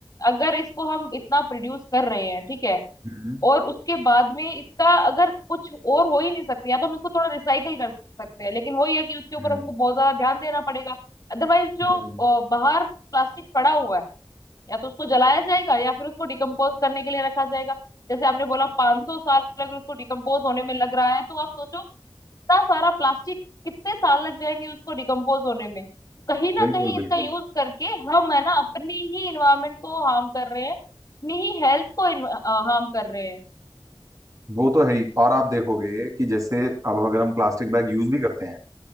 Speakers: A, on the left; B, on the right.
A: अगर इसको हम इतना प्रोड्यूस कर रहे हैं ठीक है
B: हम्म
A: और उसके बाद में इसका अगर कुछ और हो ही नहीं सकती या तो हम इसको थोड़ा रिसाइकल कर सकते हैं लेकिन वही है कि उसके ऊपर
B: हम्म
A: हमको बहुत ज्यादा ध्यान देना पड़ेगा अदरवाइज जो
B: हम्म,
A: अ, बाहर प्लास्टिक पड़ा हुआ है या तो उसको जलाया जाएगा या फिर उसको डिकम्पोज करने के लिए रखा जाएगा जैसे आपने बोला 500 साल अगर उसको डिकम्पोज होने में लग रहा है तो आप सोचो इतना सारा प्लास्टिक कितने साल लग जाएंगे उसको डिकम्पोज होने में कहीं ना
B: बिल्कुल
A: कहीं इसका
B: बिल्कुल
A: यूज करके हम है ना अपनी ही इन्वायरमेंट को हार्म कर रहे हैं अपनी ही हेल्थ को हार्म कर रहे हैं
B: वो तो है ही और आप देखोगे कि जैसे अब अगर हम प्लास्टिक बैग यूज भी करते हैं